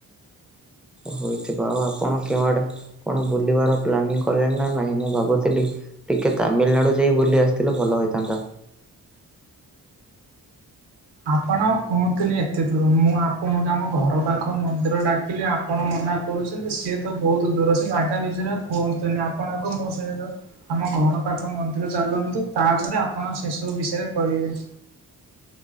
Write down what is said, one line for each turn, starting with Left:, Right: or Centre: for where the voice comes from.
Centre: ହୋଇଥିବ। ଆଉ ଆପଣ କେଉଁଆଡେ କଣ ବୁଲିବାର ପ୍ଲାନିଂ କଲେଣି ନା ନାହିଁ? ମୁଁ ଭାବୁଥିଲି ଟିକେ ତାମିଲନାଡୁ ଯାଇ ବୁଲି ଆସିଥିଲେ ଭଲ ହୋଇଥାନ୍ତା।
Right: ଆପଣ ଆଉ କୁହଁତୁନି, ଏତେ ଦୂର ମୁଁ ଆପଣକଆମ ଘର ପାଖ ମନ୍ଦିର ଡାକିଲି ଆପଣ ମ ନା କରୁଚନ୍ତି, ସିଏତ ବହୁତ ଦୂର ସେ ଆଗାମୀ ଜିଁନ କୁହନ୍ତୁନି! ଆପଣ ଆଗ ମୋ ସହିତ ଆମ ଘ୍ ଘର ପାଖ ମନ୍ଦିର ଚାଲନ୍ତୁ ତା ପରେ ଆପଣ ସେସବୁ ବିଷୟରେ କହିବେ।